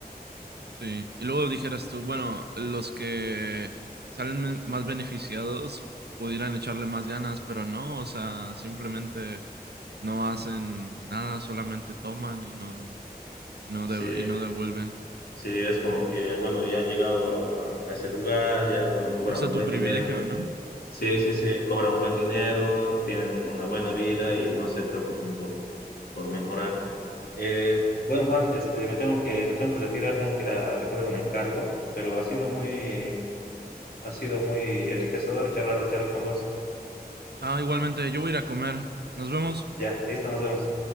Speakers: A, on the right (about 85°); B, on the left (about 70°).
A: Sí, y luego dijeras tú, bueno, los que salen men- más beneficiados pudieran echarle más ganas, pero no, o sea, simplemente no hacen nada, solamente toman y no, y no,
B: Sí,
A: de- y no devuelven.
B: sí, es como que, bueno, ya han llegado a, a ese lugar, ya, bueno, cobran
A: Usa
B: un
A: tu
B: buen
A: privilegio,
B: dinero
A: ¿no?
B: Sí, sí, sí, cobran un buen dinero, tienen una buena vida y no se preocupan por, por mejorar. Eh, bueno, Juan, este, me tengo que, me tengo que retirar, tengo que ir a recoger un encargo, pero ha sido muy, ha sido muy enriquecedor charlar, charlar con vos.
A: Ah, igualmente, yo voy a ir a comer. Nos vemos.
B: Ya, listo, nos vemos.